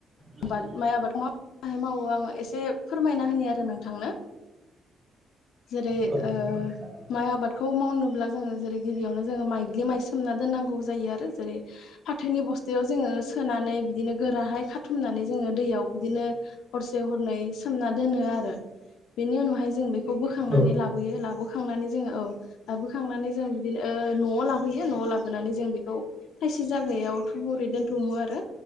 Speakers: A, on the right; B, on the left.
A: नंगौ
B: आबाद माइ आबादखौ माबादिहाय मावो आं एसे फोरमायना होनो आरो नोंथांनो जेरै
A: नंगौ
B: ओ
A: फोरमायजागोन
B: माइ आबादखौ मावनोब्ला जोङो जेरै गिबियावनो मायज्लि माय सोमना‌ दोननांगौ जायो जैरै फाथोनि बसतायाव जोंङो सोनानै बिदिनो गोराहाय खाथुमनानै जोङो दैयाव बिदिनो हरसे हरनै सोमना दोनो आरो बेनि उनावहाय जों बेखौ बोखांनानै
A: नोंथां औ
B: लाबोयो लाबोखांनानै जोङो औ लाबोखांनानै जों बिदिनो ओ न'आव लाबोयो न'आव लाबोनानै जों बेखौ थायसे जागायाव थुबुरै दोनथुमो आरो